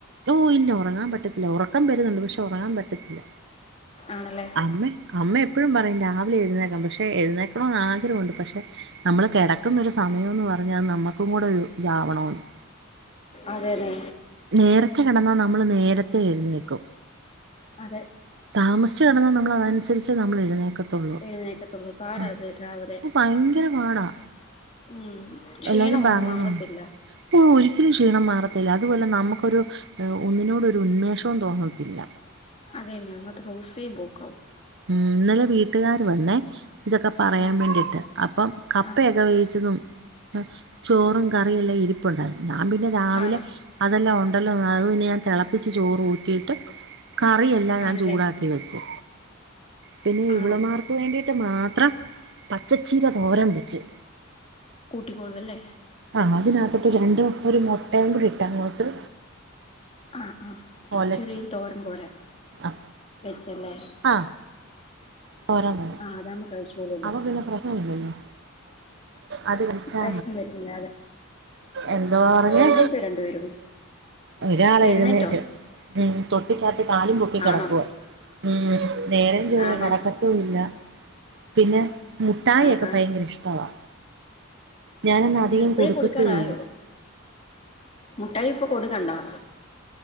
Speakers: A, on the right; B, on the left.
A: ഓ ഇല്ല ഉറങ്ങാൻ പറ്റത്തില്ല ഉറക്കം വരുന്നുണ്ട് പക്ഷെ ഉറങ്ങാൻ പറ്റത്തില്ല
B: ആണല്ലേ
A: അമ്മേ അമ്മ എപ്പോഴും പറയും രാവിലെ എഴുന്നേക്കാം പക്ഷെ എഴുന്നേക്കണോന്ന് ആഗ്രഹമുണ്ട് പക്ഷെ നമ്മള് കിടക്കുന്നൊരു സമയമെന്ന് പറഞ്ഞാൽ അത് നമുക്കും കൂടെ ഒരു ഇതാവണമല്ലോ
B: അതെ അതെ
A: നേരത്തെ കിടന്നാൽ നമ്മള് നേരത്തെ എഴുന്നേക്കും
B: അതെ
A: താമസിച്ചു കിടന്നാ നമ്മള് അതനുസരിച്ചേ നമ്മള് എഴുന്നേക്കത്തുള്ളൂ
B: എഴുന്നേക്കത്തുള്ളൂ പാടാത്
A: ആഹ്
B: രാവിലെ
A: ഭയങ്കര പാടാ
B: ഉം ക്ഷീണം
A: എല്ലാരും
B: ഒന്നും
A: പറയുന്നുണ്ട്
B: മാറത്തില്ല
A: ഓ ഒരിക്കലും ക്ഷീണം മാറത്തില്ല അതുപോലെ നമുക്കൊരു ഒന്നിനോടും ഒരു ഉന്മേഷവും തോന്നത്തില്ല
B: അതന്നെ അന്നത്തെ ദിവസവേ പോക്കാവും
A: ഉം ഇന്നലെ വീട്ടുകാര് വന്നേ ഇതൊക്കെ പറയാൻ
B: ആണോ
A: വേണ്ടിയിട്ട് അപ്പം കപ്പയൊക്കെ
B: ആഹ്
A: വേവിച്ചതും ചോറും കറിയും എല്ലാം ഇരിപ്പുണ്ടായിരുന്നു ഞാൻ പിന്നെ രാവിലെ
B: ആണോ
A: അതെല്ലാം ഉണ്ടല്ലോ അത് പിന്നെ ഞാൻ തിളപ്പിച്ച് ചോറ് ഊറ്റിയിട്ട് കറിയെല്ലാം ഞാൻ
B: ആണല്ലേ
A: ചൂടാക്കി തികച്ച് പിന്നെ
B: ആണോ
A: ഇവളുമാർക്ക് വേണ്ടിയിട്ട് മാത്രം പച്ചച്ചീര തോരൻ വെച്ചു
B: കൂട്ടിക്കൊളുവല്ലേ
A: ആഹ് അതിനകത്തിട്ട് രണ്ടും ഒരു മുട്ടയും കൂടി ഇട്ട് അങ്ങോട്ട്
B: ആഹ് ആഹ്
A: ഒലച്ച്
B: ചെറിയൊരു തോരം പോലെ
A: ആ
B: വെച്ചല്ലേ
A: ആ <unintelligible>
B: ആഹ് അതാവുമ്പോ കഴിച്ചോളൂവോ
A: അവൻ പിന്നെ പ്രശ്നം ഒന്നും ഇല്ലല്ലോ അത് കഴിച്ചാ
B: പ്രശ്നം വരുന്നില്ല അതെ
A: എന്തുവാ പറഞ്ഞേ
B: എഴുന്നേറ്റോ രണ്ടുപേരും
A: ഒരാള്
B: എഴുന്നേറ്റോ
A: എഴുന്നേറ്റു ഉം തൊട്ടിക്കകത്ത് കാലും പൊക്കി കിടക്കുവ
B: ആണോ
A: ഉം നേരം ചൊവ്വെ
B: ആണോ
A: കെടക്ക ത്തു ഇല്ല പിന്നെ മുഠായി
B: ആഹാ
A: ഒക്കെ ഭയങ്കര ഇഷ്ടവാ ഞാനൊന്നും അധികം
B: ആണ് ഇപ്പഴേ
A: കൊടുക്കത്തുമില്ല
B: കൊടുക്കാറായോ മുട്ടായി ഇപ്പൊ കൊട്കണ്ടാ